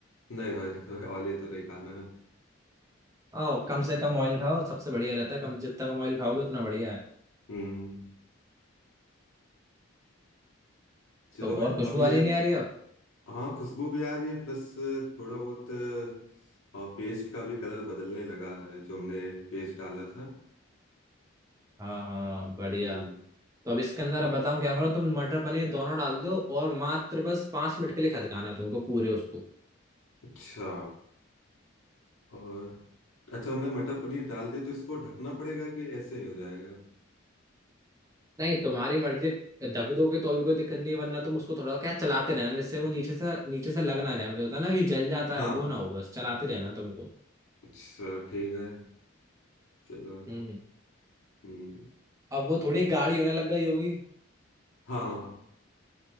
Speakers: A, on the left (about 80°); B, on the right (about 15°).
A: नहीं भाई <laughs> नहीं, वाले तो नहीं खाना है
B: ओ कम से कम ऑयल खाओ सबसे बढ़िया रहता है कम जितना कम ऑयल खाओगे उतना बढ़िया है
A: हम्म चलो
B: तो
A: भाई
B: और खुशबू
A: अब ये
B: आ रही नहीं आ रही अब
A: हाँ खुशबू भी आ रही है प्लस थोड़ा बहुत पेस्ट का भी कलर बदलने लगा है जो हमने पेस्ट डाला था
B: हाँ हाँ बढ़िया
A: हम्म
B: तो अब इसके अंदर अब बताऊं क्या करो तुम मटर पनीर दोनों डाल दो और मात्र बस पांच मिनट के लिए खदकाना है तुमको पूरे उसको
A: अच्छा और अच्छा हमने मटर पनीर डाल दिया तो इसको ढकना पड़ेगा कि ऐसे ही हो जाएगा
B: नहीं तुम्हारी मर्जी ढक दोगे तो भी कोई दिक्कत नहीं है, वरना तुम उसको थोड़ा क्या चलाते रहना जिससे वो नीचे से नीचे से लग ना जाए मतलब होता है ना कि जल जाता
A: हाँ
B: है वो ना हो बस चलाते रहना तुमको
A: अच्छा ठीक है चलो
B: हम्म
A: हम्म,
B: अब वो थोड़ी गाढ़ी होने लग गई होगी
A: हाँ